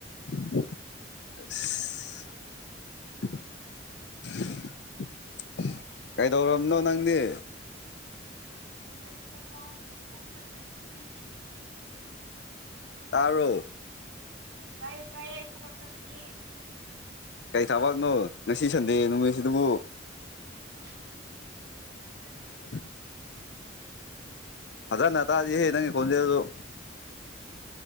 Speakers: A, on the left; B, on the right.
A: ꯑ <unintelligible> ꯀꯩꯗꯧꯔꯕꯅꯣ ꯅꯪꯗꯤ
B: ꯍ
A: ꯇꯔꯨ
B: ꯀꯥꯏꯌꯦ ꯀꯥꯏꯌꯦ ꯊꯕꯛ ꯆꯒꯅꯤ
A: ꯀꯔꯤ ꯊꯕꯛꯅꯣ ꯉꯁꯤ ꯁꯟꯗꯦ ꯅꯨꯃꯤꯠꯁꯤꯕꯨ
B: <unintelligible>
A: ꯑ
B: ꯎꯝ
A: ꯑꯗ ꯅ ꯇ ꯑꯗꯨ ꯌꯦꯦ ꯅꯪ ꯈꯨꯟꯦꯔꯣ